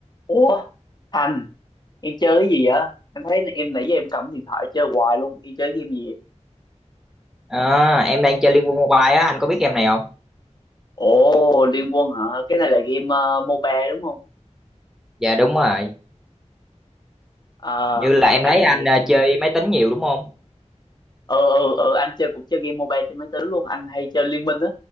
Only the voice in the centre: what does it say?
À, em đang chơi Liên Quân Mobile á, anh có biết game này không?
Dạ đúng rồi,
hình như là em
thấy
anh à, chơi máy tính nhiều đúng không?